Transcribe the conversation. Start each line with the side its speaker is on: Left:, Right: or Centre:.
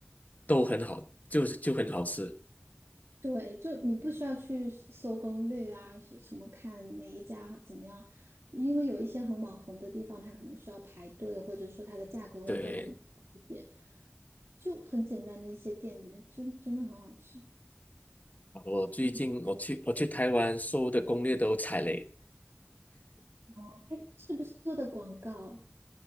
Left: 都很好，就是就很好吃。
Right: 对，就你不需要去搜攻略啊，是什么看哪一家怎么样，因为有一些很网红的地方，它可能需要排队，或者说它的价格会更高一点，
Left: 对，
Right: 就很简单的一些店里面，就真的很好吃，
Left: 我最近我去我去台湾搜的攻略都踩雷，
Right: 非常。哦，它是不是做的广告？